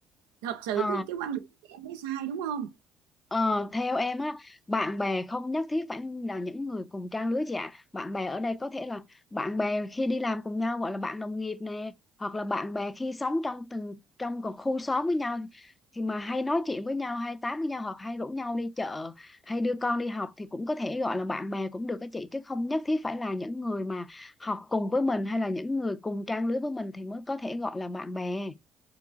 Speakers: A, on the right; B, on the left.
A: thật sự
B: Ờ,
A: cái cái quan điểm của em thấy sai đúng không
B: Ờ, theo em á, bạn bè không nhất thiết phải là những người cùng trang lứa chị ạ. Bạn bè ở đây có thể là bạn bè khi đi làm cùng nhau gọi là bạn đồng nghiệp nè, hoặc là bạn bè khi sống trong từng trong một khu xóm với nhau thì mà hay nói chuyện với nhau, hay tám với nhau hoặc hay rủ nhau đi chợ, hay đưa con đi học thì cũng có thể gọi là bạn bè cũng được các chị chứ không nhất thiết phải là những người mà học cùng với mình hay là những người cùng trang lứa với mình thì mới có thể gọi là bạn bè.